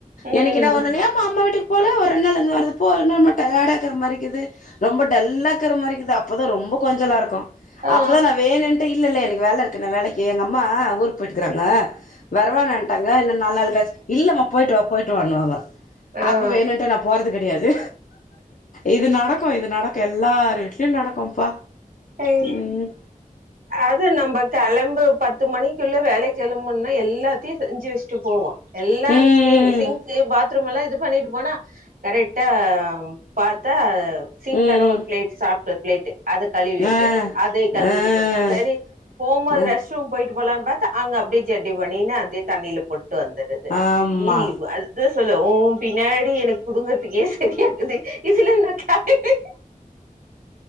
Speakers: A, on the right; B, on the left.
A: ம்
B: எனக்கு என்ன வண்ணனா எம்மா அம்மா வீட்டுக் போல ஒரு இன்னோருந்து வருது போ <unintelligible> டயடா இக்கற மாரிக்குது ரொம்ப டல்ல இக்கற மாரி அப்பதான் ரொம்ப கொஞ்சால இருக்கும்
A: ஆ
B: அப்பதான் நா வேணுண்டு இல்லல்ல எனக்கு வேல இருக்குன வேலைக்கு எங்க அம்மா ஊர் போட்டு இருக்கறாங்க வரவேட்டாங்க இல்ல நாலு நாளுக்கா இல்லம் போயிட்டு வா போயிட்டு வானுவாங்க
A: ஆஹ
B: அப்போ வேணுன்டு நா போறது கிடையாது இது நடக்கும் இது நடக்கும் எல்லார் வீட்லயும் நடக்கும்பா
A: ஆ
B: உம்
A: அது நம்ம கிளம்பு பத் பத்து மணிக்குள்ள வேலை கிளம்பும்னா எல்லாத்தையும் செஞ்சு வச்சுட்டு போவோம் எல்லாம்
B: ம்
A: சிங் சிங்கு
B: ம்
A: பாத் பாத்ரூமல்லாம் இது பண்ணிட்டு போனா கரெக்டா பாத்தா சிங்கான
B: ம்
A: ஒரு பிளேட் சாப்பிட்டு ப்ளேட்டு அத கழுவி வைக்காது
B: ஆ
A: அதே கழுவிட்டு
B: ஆ
A: போன சரி போம்போது
B: ஆ
A: ரெஷ்ரூம் போயிட் போலாம்னு பார்த்தா அங்க அப்படியே ஜெட்டி பணியனு அதே தண்ணியில போட் ட்டு வந்தறது
B: ஆமா
A: இவ் அது சொல்ல ஓன் பின்னாடி எனக்கு புடுங்கறதுக்கே சரியக்குது இதுல ந கிளம்பி